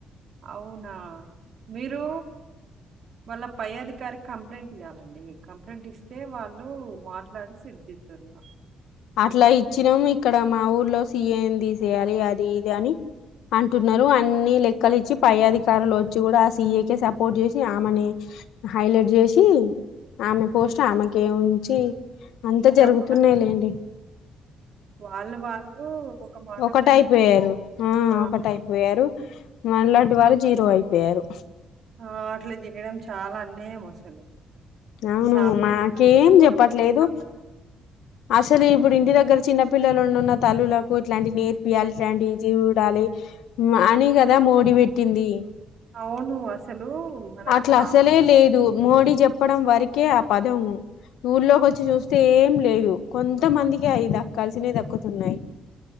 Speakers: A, on the right; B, on the left.
A: అవునా మీరు వాళ్ళ పై అధికారి కంప్లైంట్ ఇయ్యాలండి కంప్లైంట్ ఇస్తే వాళ్ళు మాట్లాడి సిడ్ చేత్తారు ఇగా
B: అట్లా ఇచ్చినాము ఇక్కడ మా ఊర్లో సి ఏంది జేయాలి అది ఇది అని అంటున్నారు అన్ని లెక్కలు ఇచ్చి పై అధికారులు వచ్చి గూడా సీఏ కి సపోర్ట్ చేసి ఆమెనే హైలైట్ చేసి ఆమె పోస్ట్ ఆమెకే ఉంచి అంత
A: ఇగ
B: జరుగుతున్నాయ్
A: వాళ్ళు
B: లేండి
A: వాళ్ళు వాళ్ళు ఒక మాట
B: ఒకటయ్
A: మీదనే
B: పోయారు ఉ
A: ఆ!
B: ఒకటయ్ పోయారు మళ్ళ ఇటు వాళ్ళు జీరో అయిపోయారు
A: ఆ అట్ల జేయడం చాలా అన్యాయమ్ అసలు
B: అవును
A: సామాజిక
B: మాకేం
A: బాధ్యత సోషల్
B: చెప్పట్లేదు
A: బాధ్యత.
B: అసలు ఇప్పుడు ఇంటి దగ్గర చిన్నపి పిల్లలు ఉన్నున్న తల్లులకు ఇట్లాంటి నేర్పియాలి ఇట్లాంటి ఇజి ఉండాలి ఉమ్ అని కదా మోడి పెట్టింది
A: అవును అసలు మన
B: అట్లా
A: సాంప
B: అసలే
A: <inaudible>
B: లేదు మోడీ చెప్పడం వరికే ఆ పదము ఊర్లోకొచ్చి చూస్తే ఏం లేదు కొంతమందికే అయి దక్కాల్సినయి దక్కుతున్నాయ్